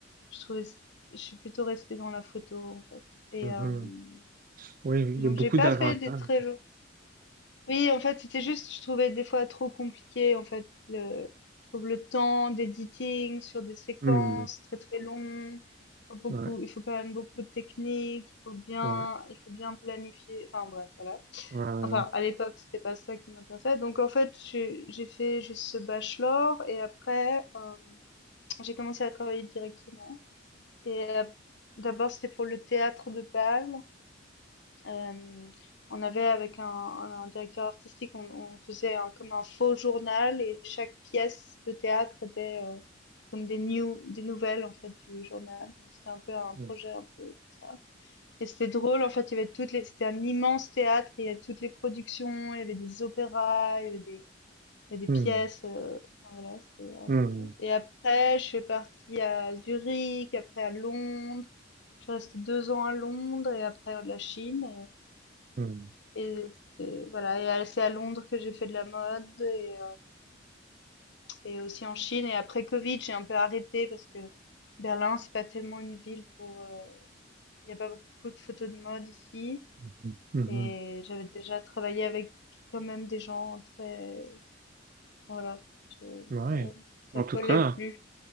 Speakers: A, on the left; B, on the right.
A: je trouvais je suis plutôt restée dans la photo, en fait et
B: Mhm.
A: hem,
B: Oui, oui, il
A: donc
B: y a beaucoup
A: j'ai pas
B: d'avantages.
A: fait des très oui, en fait, c'était juste, je trouvais des fois trop compliqué, en fait, le, je trouve le temps d'editing sur des séquences
B: Hmm,
A: très très longues. Il faut beaucoup,
B: ouais,
A: il faut quand même beaucoup de technique, il faut bien,
B: ouais.
A: il faut bien planifier. Enfin bref, voilà.
B: Ouais, ouais,
A: Enfin, à l'époque, c'était pas ça qui m'intéressait. Donc en fait, j'ai j'ai fait juste ce bachelor et après, euh, j'ai commencé à travailler directement. Et euh, d'abord, c'était pour le théâtre de Bâle. Hem, on avait avec un un un directeur artistique, on on faisait un comme un faux journal et chaque pièce de théâtre était, heu, comme des news des nouvelles en fait du journal. Donc c'était un peu un
B: ouais.
A: projet un peu comme ça et c'était drôle en fait, il y avait toutes les c'était un immense théâtre, il y avait toutes les productions, il y avait des opéras, il y avait des il y avait des
B: Hmm,
A: pièces, heu, enfin voilà, c'était
B: hmm,
A: assez bien et après je suis partie à Zurich, après à Londres. Je suis restée 2 ans à Londres et après la Chine
B: hmm,
A: et c'est voilà, et à c'est à Londres que j'ai fait de la mode et heu, et aussi en Chine et après Covid, j'ai un peu arrêté parce que Berlin, c'est pas tellement une ville pour, heu, il y a pas beaucoup de photos de mode ici
B: hmm, hmm,
A: et
B: hmm.
A: j'avais déjà travaillé avec quand même des gens très enfin, voilà, je
B: Ouais.
A: ça ça
B: En tout
A: collait
B: cas.
A: plus,